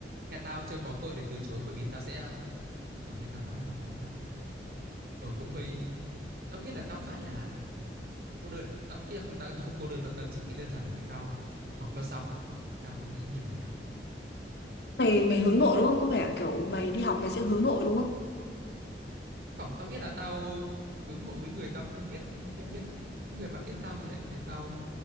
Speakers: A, on the right (about 55°); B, on the left (about 70°).
A: nhà tao chưa có cựa để từ chối bởi vì tao sẽ à, ở như tao nói tao không có bạn. ở cũng hơi tao nghĩ là tao khá là cô đơn à. Tao cũng nghĩ là không tao tao không cô đơn tao, tao chỉ nghĩ đơn giản là vì tao học cho xong á. Tao không nghĩ nhiều mẹ ạ.
B: Mày mày hướng nội đúng không? Có vẻ kiểu mày đi học mày sẽ hướng nội đúng không?
A: Không, tao nghĩ là tao hướng nội với người tao không biết không quen biết ạ. Những người mà biết tao thì lại thấy tao